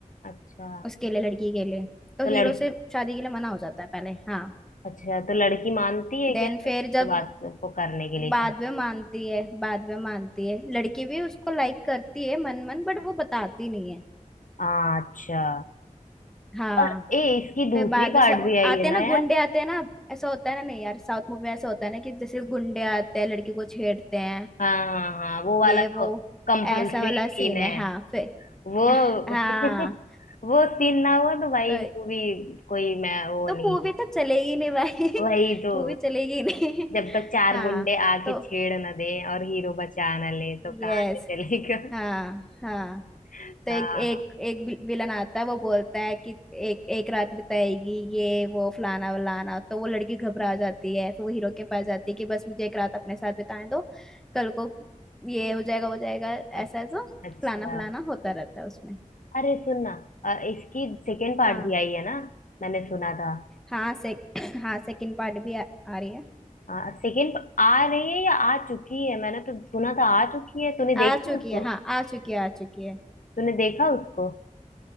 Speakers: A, on the left (about 75°); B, in the centre.
A: अच्छा
B: उसके लिए लड़की के लिए तो
A: तो
B: हीरो
A: लड़की
B: से शादी के लिए मना हो जाता है पहले हाँ
A: अच्छा तो लड़की मानती है
B: देन
A: क्या
B: फिर
A: उससे
B: जब
A: बात को करने के लिए
B: बाद
A: शायद
B: में मानती है बाद में मानती है लड़की भी उसको लाइक करती है मन मन बट वो बताती नहीं है
A: हाँ, अच्छा
B: हाँ
A: और ए इसकी दूसरी
B: फिर बाद में
A: पार्ट
B: से
A: भी आई
B: आते
A: है
B: हैं
A: ना
B: ना
A: यार
B: गुंडे आते हैं ना ऐसा होता है ना नहीं यार साउथ मूवी में ऐसा होता है ना कि जैसे गुंडे आते हैं लड़की को छेड़ते हैं
A: हाँ हाँ हाँ वो वाला
B: ये वो
A: तो कंपल्सरी
B: ऐसा वाला
A: सीन
B: सीन
A: है
B: है हाँ फिर
A: वो
B: हाँ
A: <laughs> वो सीन ना हुआ तो भाई
B: तो
A: इनको भी कोई मैं वो
B: तो
A: नहीं
B: मूवी
A: हुआ
B: तो चलेगी नहीं भाई <laughs>
A: वही तो
B: मूवी चलेगी नहीं
A: जब तक चार
B: हाँ
A: गुंडे आके
B: तो
A: छेड़ ना दे और हीरो बचा ना ले तो कहाँ
B: यस
A: से चलेगा
B: हाँ हाँ
A: <laughs>
B: तो एक
A: हाँ
B: एक एक विल- विलन आता है वो बोलता है कि एक एक रात बिताएगी ये वो फलाना वलाना तो वो लड़की घबरा जाती है फिर वो हीरो के पास जाती है कि बस मुझे एक रात अपने साथ बिताने दो कल को ये हो जाएगा वो जाएगा ऐसा
A: अ-
B: ऐसा
A: अच्छा
B: फलाना फलाना होता रहता है उसमें
A: अरे सुन ना अ, इसकी सेकेंड पार्ट
B: हाँ
A: भी आई है ना मैंने सुना था
B: हाँ से <clears throat> हाँ सेकंड पार्ट भी आ, आ रही है
A: हाँ सेकेंड आ रही है या आ चुकी है मैंने तो सुना था आ चुकी है तूने
B: आ
A: देखी
B: चुकी
A: उसको
B: है हाँ आ चुकी है आ चुकी है
A: तूने देखा उसको